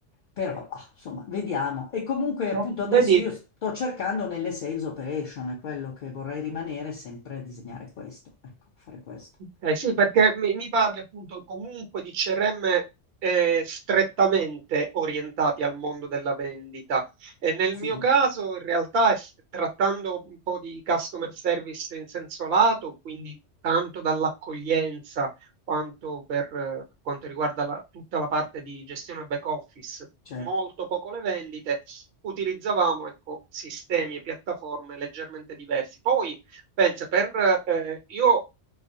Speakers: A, on the left (about 55°); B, on the right (about 60°).
A: però, ah, insomma, vediamo. E comunque, appunto,
B: No,
A: adesso
B: vedi,
A: io sto cercando nelle sales operation, è quello che vorrei rimanere sempre a disegnare questo, ecco, fare questo.
B: Ok, sì, perché mi, mi parli appunto comunque di CRM eh, strettamente orientati al mondo della vendita. E nel mio
A: Sì,
B: caso, in realtà, es- trattando un po' di customer service in senso lato, quindi tanto dall'accoglienza quanto per eh, per quanto riguarda la- tutta la parte di gestione back office,
A: certo.
B: molto poco le vendite, utilizzavamo ecco, sistemi e piattaforme leggermente diversi. Poi, Pensa, per, eh, io